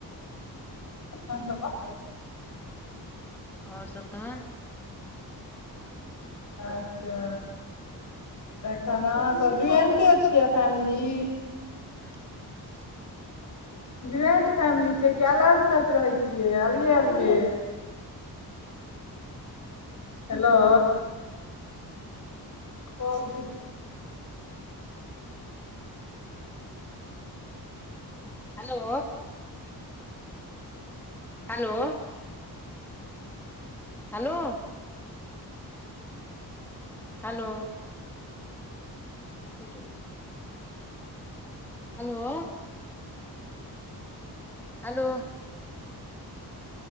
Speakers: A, on the left; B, in the centre.
A: तहन तऽ ब
B: और सब तहन। ह <unintelligible>
A: अच्छा तखन अहाँसभ ज्वाइंटे छियै फैमली।
B: <unintelligible>
A: ज्वाइंट फैमिली छियै कि अलग स रहै छियै अलगे-अलगे। हेलौ। हँ <unintelligible>
B: हैलो। हैलो। हेलो हैलो कइट गेलै हलौ हलो